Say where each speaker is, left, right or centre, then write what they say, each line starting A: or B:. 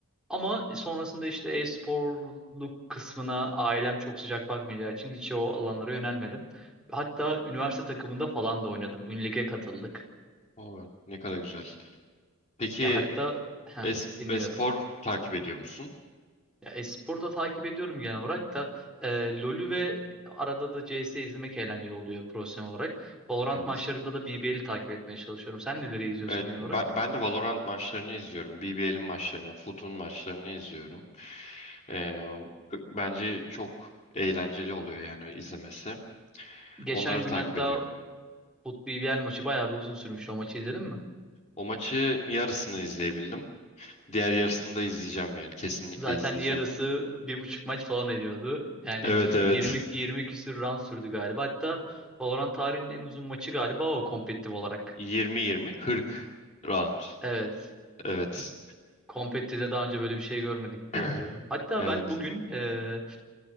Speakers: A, in the centre; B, on the left.
A: Ama sonrasında işte e-sporluk kısmına ailem çok sıcak bakmayacağı için hiç o alanlara yönelmedim. Hatta üniversite takımında falan da oynadım. Ünlig'e katıldık.
B: Oo, ne kadar güzel. Peki
A: Ya hatta heh,
B: es-
A: dinliyorum.
B: espor takip ediyor musun?
A: Ya e-sporu da takip ediyorum genel olarak da e, LoL'ü ve arada da CS izlemek eğlenceli oluyor profesyonel olarak. Valorant
B: Evet.
A: maçlarında da BBL'i takip etmeye çalışıyorum. Sen neleri izliyorsun
B: Evet,
A: genel
B: ben,
A: olarak?
B: ben de Valorant maçlarını izliyorum. BBL'in maçlarını, FUT'un maçlarını izliyorum. Ee, b- bence çok eğlenceli oluyor yani izlemesi.
A: Geçen
B: Onları
A: gün
B: takip
A: hatta
B: ediyorum.
A: FUT BBL maçı bayağı bir uzun sürmüştü. O maçı izledin mi?
B: O maçı yarısını izleyebildim. Diğer yarısını da izleyeceğim yani. Kesinlikle
A: Zaten
B: izleyeceğim.
A: yarısı bir buçuk maç falan ediyordu. Yani
B: Evet evet.
A: 20 20 küsür round sürdü galiba. Hatta Valorant tarihinin en uzun maçı galiba o kompetitif olarak.
B: 20-20 40 round.
A: Evet.
B: Evet.
A: Kompetitif'te daha önce böyle bir şey görmedik
B: <clears throat>
A: diye biliyorum. Hatta
B: Evet.
A: ben bugün e,